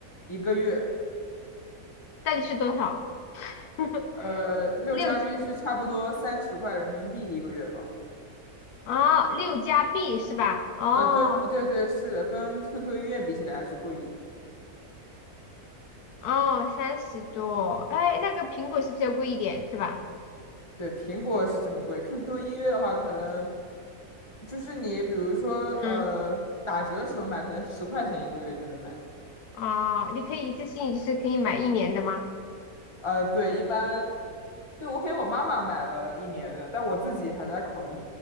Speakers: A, on the left (about 20°); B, on the left (about 85°).
A: 一个月。
B: 到底是多少？<laughs>
A: 呃，六加币是差不多三十块人民币一个月吧。
B: 六哦，六加币是吧？哦
A: 啊，对对对对是的，跟 QQ 音乐比起来还是贵一点。
B: 哦，三十多，哎，那个苹果是不是要贵一点是吧？
A: 对，苹果是这么贵，QQ 音乐的话，可能就是你比如说呃打折的时候买，
B: 嗯，
A: 可能十块钱一个月就能买到。
B: 哦，你可以一次性就是可以买一年的吗？
A: 呃，对，一般，对，我给我妈妈买了一年的，但我自己还在考虑。